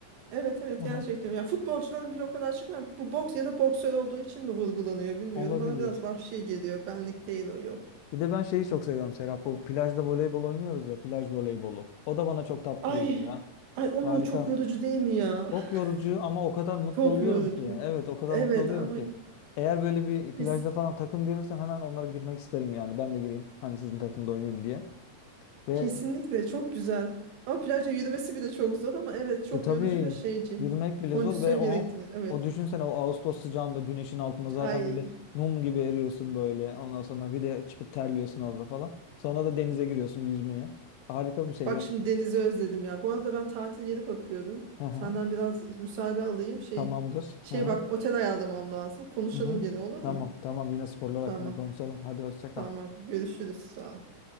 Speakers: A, on the right; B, on the left.
A: evet evet
B: Aha,
A: gerçekten. Yani futbolcuların bile o kadar çıkmıyor. Bu boks ya da boksör olduğu için mi vurgulanıyor bilmiyorum.
B: olabilir.
A: Bana biraz vahşi geliyor. Benlik değil o yok.
B: Bir de ben şeyi çok seviyorum Serap. Bu plajda voleybol oynuyoruz ya. Plaj voleybolu. O da bana çok tatlı
A: Ay
B: geliyor ya.
A: ay o
B: Harika.
A: mu çok yorucu değil mi ya?
B: Çok yorucu ama o kadar
A: <laughs>
B: mutlu
A: Çok
B: oluyorum
A: yorucu.
B: ki. Evet o kadar
A: Evet
B: mutlu oluyorum
A: ama
B: ki. Eğer böyle bir plajda
A: kes,
B: falan takım görürsem hemen onlara girmek isterim yani. Ben de gireyim. Hani sizin takımda oynayayım diye. Ve
A: kesinlikle çok güzel. Ama plajda yürümesi bile çok zor ama evet çok
B: e, tabii
A: yorucu ve şeyci.
B: yürümek bile
A: Kondisyon
B: zor ve o
A: gerektirir. Evet.
B: o düşünsene o Ağustos sıcağında güneşin altında zaten
A: Ay.
B: böyle mum gibi eriyorsun böyle. Ondan sonra bir de çıkıp terliyorsun orada falan. Sonra da denize giriyorsun yüzmeye. Harika bir şey
A: Bak
B: ya.
A: şimdi denizi özledim ya. Bu arada ben tatil yeri bakıyordum.
B: Aha.
A: Senden biraz müsaade alayım. Şey
B: Tamamdır.
A: şey
B: Hı hı.
A: bak otel ayarlamam lazım. Konuşalım
B: Hı hı.
A: gene olur
B: Tamam
A: mu?
B: tamam yine sporlar
A: Tamam.
B: hakkında konuşalım. Hadi hoşça
A: Tamam.
B: kal.
A: Görüşürüz. Sağ ol.